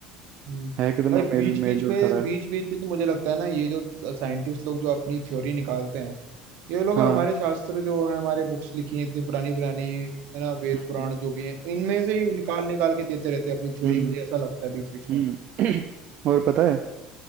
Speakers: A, on the right; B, on the right.
A: हम्म।
B: है कितना
A: भाई बीच
B: मेल मेल
A: बीच
B: जोल
A: में
B: करा
A: बीच
B: है
A: बीच में तो मुझे लगता है ना ये जो साइंटिस्ट लोग जो अपनी थ्योरी निकालते हैं ये लोग
B: हाँ
A: हमारे शास्त्र जो है हमारे बुक्स लिखी हैं इतनी पुरानी पुरानी है ना वेद
B: हम्म
A: पुराण जो भी हैं इनमें से ही निकाल निकाल के देते रहते हैं अपनी थ्योरी
B: हम्म
A: मुझे ऐसा लगता है बीच बीच
B: हम्म
A: में
B: हम्म। <clears throat> और पता है